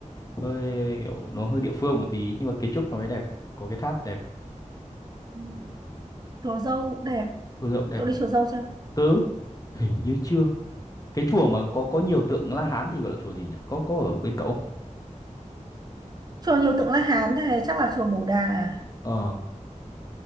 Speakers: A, on the left; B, on the right.
A: hơi kiểu nó hơi địa phương một tí nhưng mà kiến trúc nó mới đẹp có cái tháp đẹp
B: Ừ. Chùa Dâu đẹp
A: chùa Dậu đẹp
B: Cậu đi chùa Dâu chưa?
A: tớ hình như chưa cái chùa mà có có nhiều tượng La Hán thì gọi là chùa gì nhỉ có có ở bên cậu không?
B: Chùa nhiều tượng La Hán thế chắc là chùa Bồ Đà. à?
A: ờ